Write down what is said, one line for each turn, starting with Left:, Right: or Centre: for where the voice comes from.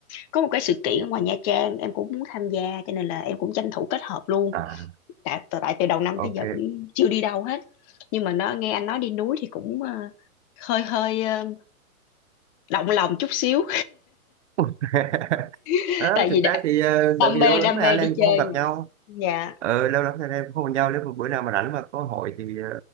Left: có một cái sự kiện ở ngoài Nha Trang em cũng muốn tham gia cho nên là em cũng tranh thủ kết hợp luôn
Right: À,
Left: tại tại tại từ đầu năm
Right: ok.
Left: tới giờ cũng chưa đi đâu hết nhưng mà nó nghe anh nói đi núi thì cũng ờ, hơi hơi ờ, động lòng chút xíu
Right: <laughs>
Left: <laughs>
Right: Ờ,
Left: tại
Right: thực
Left: vì đã
Right: ra thì ờ,
Left: đam
Right: tại vì
Left: mê
Right: lâu lắm
Left: đam
Right: rồi
Left: mê
Right: anh
Left: đi
Right: em
Left: chơi
Right: cũng không gặp
Left: mà
Right: nhau.
Left: dạ
Right: Ờ, lâu lắm rồi anh em cũng không gặp nhau. Nếu mà bữa nào mà rảnh mà có hội thì ờ,